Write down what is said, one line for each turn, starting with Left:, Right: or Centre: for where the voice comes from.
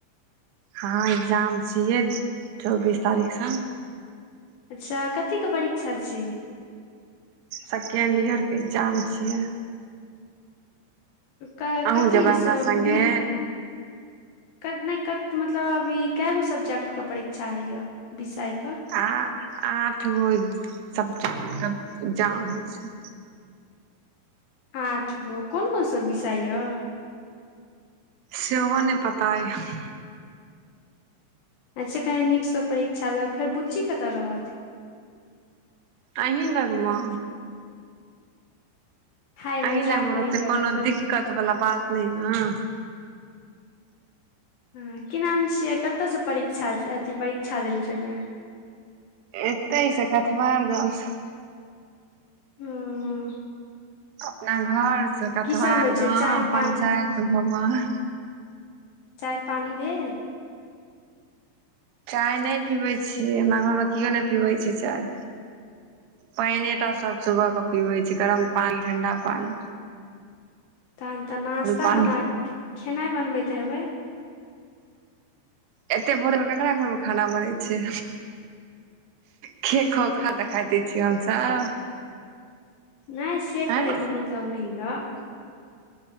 Right: हँ एग्जाम छियै चौबीस तारीख से।
Left: अच्छा, कथिके परीक्षा छी?
Right: सेकेण्ड ईयरके एग्जाम छियै।
Left: क
Right: अहूँ
Left: कथीसँ
Right: जेबै हमरा संगे
Left: बि कत ने कत मतलब ई के गो सब्जेक्ट के परीक्षा होइ ये विषय के
Right: आ आठ गो सब्जेक्ट के एग्जाम होइ छै।
Left: आठ गो, कोन कोन सभ विषर ये।
Right: सेहो नहि पता अछि।
Left: अच्छा कनि नीकसँ परीक्षा देबै, फेर बुच्ची कतय रहत?
Right: अहीं लगमे।
Left: हाय मजाक
Right: अहीं लग मे रहतै,
Left: नहि करू
Right: कोनो
Left: कत
Right: दिक्कत वला बात नहि ने?
Left: हँ की नाम छियै, कतयसँ परीझा अथि परीक्षा दै ले जेबै।
Right: एते से कथवार गांव से।
Left: हुं।
Right: अपना घर से कथवार
Left: सब होइ छै
Right: गाँंव
Left: चाय पानी
Right: पंचायत भवन
Left: चाय पानि भेल।
Right: चाय नहि पीबै छियै हमरा घरमे केओ नहि पीबै छै चाय। पानिए टा सब सुबह के पिबै छै, गरम पानि ठंडा पानि।
Left: तखन तऽ नश्ता
Right: पानी
Left: बना खेनाइ बनबैत हेबै।
Right: एते भोर मे केकरा घर में खाना बनै छै। खै खो खा तऽ खाायते छियै हमसब।
Left: नहि से कहैके
Right: आँय
Left: मतलब नहि ये।